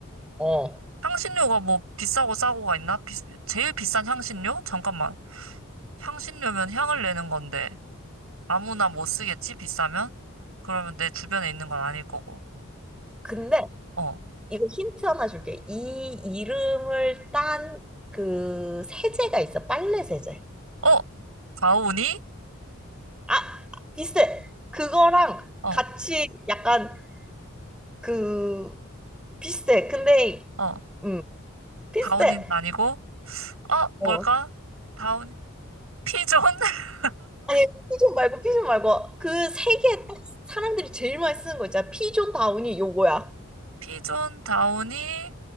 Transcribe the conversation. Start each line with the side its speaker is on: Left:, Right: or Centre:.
Centre: 어.
Right: 향신료가 뭐 비싸고 싸고가 있나? 비, 제일 비싼 향신료? 잠깐만. 향신료면 향을 내는 건데. 아무나 못 쓰겠지? 비싸면? 그러면 내 주변에 있는 건 아닐 거고.
Centre: 근데
Right: 어.
Centre: 이거 힌트 하나 줄게. 이 이름을 딴 그 세제가 있어. 빨래 세제.
Right: 어? 다우니?
Centre: 아, 비슷해. 그거랑
Right: 어,
Centre: 같이 약간 그 비슷해. 근데
Right: 어.
Centre: 음, 비슷해.
Right: 다우니는 아니고, 어, 뭘까?
Centre: 어.
Right: 다우니. 피존? <laughs>
Centre: 아니, 피존 말고 피존 말고 그 세계딱 사람들이 제일 많이 쓰는 거 있잖아. 피존 다운이 요거야.
Right: 피존, 다우니.